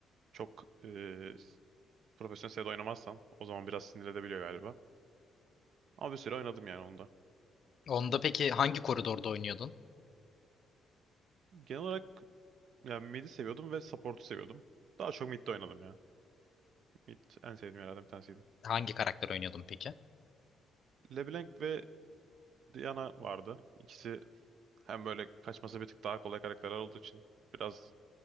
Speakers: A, on the right (about 65°); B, on the left (about 55°).
A: Çok e, profesyonel seviyede oynamazsan o zaman biraz sinir edebiliyor galiba. Ama bir süre oynadım yani onda.
B: Onda peki hangi koridorda oynuyordun?
A: Genel olarak yani mid'i seviyordum ve support'u seviyordum. Daha çok mid'de oynadım ya. Mid en sevdiğim yerlerden bir tanesiydi.
B: Hangi karakter oynuyordun peki?
A: LeBlanc ve Diana vardı. İkisi hem böyle kaçması bir tık daha kolay karakterler olduğu için biraz